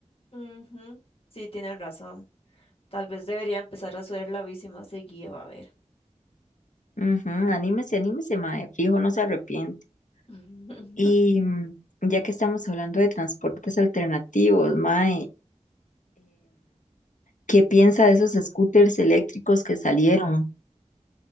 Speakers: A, on the left (about 50°); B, on the left (about 80°).
A: ujú, Sí, tienes razón. Tal vez debería empezar a hacer la bici más seguido, a ver.
B: Ujú, anímese, anímese, ma, fijo, no se arrepiente.
A: <laughs>
B: Y mm, ya que estamos hablando de transportes alternativos, ma, ¿qué piensa de esos scooters eléctricos que salieron?